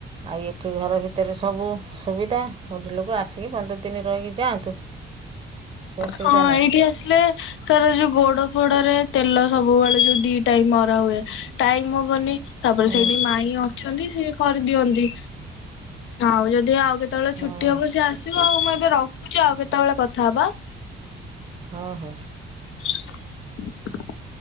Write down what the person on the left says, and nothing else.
ହଁ
ଏଇଠି ଆସିଲେ ତାର ଯୋଉ ଗୋଡ ଫୋଡରେ ତେଲ ସବୁବେଳେ ଯୋଉ ଦି- ଟାଇମ ମରା ହୁଏ ଟାଇମ ହବନି ତାପରେ
ସେଇଠି ମାଇଁ ଅଛନ୍ତି ସିଏ କରିଦିଅନ୍ତି ଆଉ ଯଦି ଆଉ କେତେବେଳେ
ଛୁଟି ହବ ସିଏ ଆସିବ ଆଉ ମୁଁ ଏବେ ରଖୁଛି ଆଉ କେତେବେଳେ କଥା ହବା
<unintelligible>